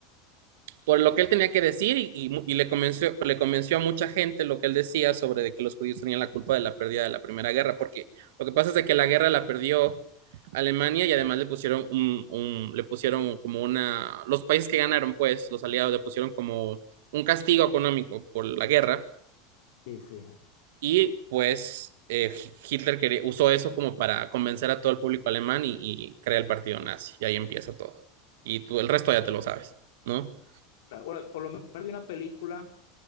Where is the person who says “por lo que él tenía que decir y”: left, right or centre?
Right